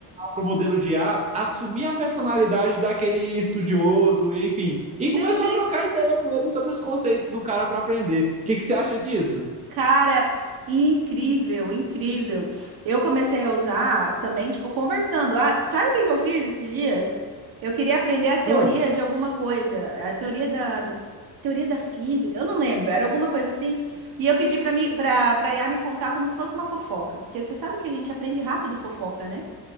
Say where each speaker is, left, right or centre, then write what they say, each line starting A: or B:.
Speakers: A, on the right (about 15°); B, on the right (about 55°).
A: para o modelo de I A, assumir a personalidade daquele estudioso, enfim. E
B: meu
A: começou
B: Deus.
A: a trocar ideia com ele sobre os conceitos do cara para aprender. O que, que você acha disso?
B: Cara, incrível, incrível. Eu comecei a usar também, tipo, conversando. Ah, sabe o que que eu fiz esses dias? Eu queria aprender a teoria
A: <laughs>
B: de alguma coisa, a teoria da teoria da física, eu não lembro, era alguma coisa assim. E eu pedi para mim, para para I a me contar como se fosse uma fofoca, porque você sabe que a gente aprende rápido fofoca, né?